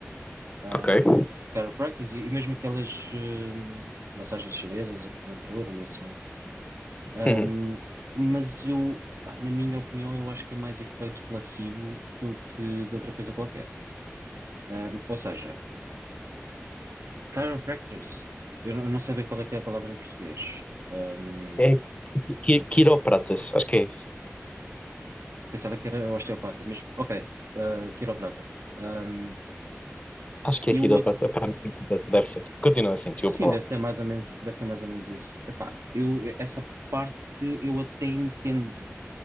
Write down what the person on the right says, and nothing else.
Um,
chiropractors e, e mesmo aquelas ahm, massagens chinesas, acupuntura e assim. Ahm,
mas eu, pá, na minha opinião, eu acho que é mais efeito placebo do que de outra coisa qualquer. Ahm, ou seja, chiropractors, eu não, eu não sei bem qual é que é a palavra em português. Ahm,
Pensava que era osteopata, mas ok, ah, quiroprata. Ahm,
e
o outro,
sim,
deve ser mais ou menos, deve ser mais ou menos isso. Epá, eu, essa parte eu até entendo. Ou